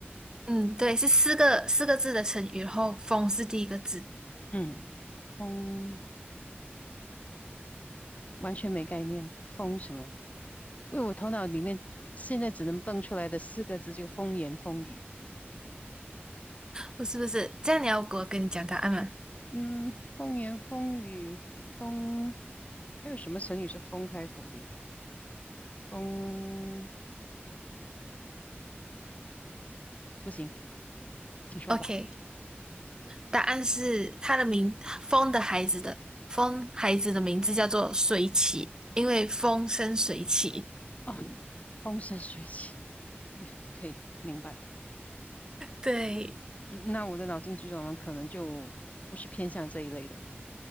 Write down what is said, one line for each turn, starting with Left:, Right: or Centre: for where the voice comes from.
Right: 嗯，对，是四个四个字的成语，然后风是第一个字，
Left: 嗯，风完全没概念。风什么？因为我头脑里面现在只能蹦出来的四个字就风言风语。
Right: 不是不是？这样你要给我跟你讲答案吗
Left: 嗯，风言风语，风还有什么成语是风开头的？风。不行，请说吧。
Right: ？OK，答案是他的名，风的孩子的风孩子的名字叫做水起，因为风生水起。
Left: 哦，风生水起，嗯可以明白。
Right: 对
Left: 嗯那我的脑筋急转弯可能就不是偏向这一类的。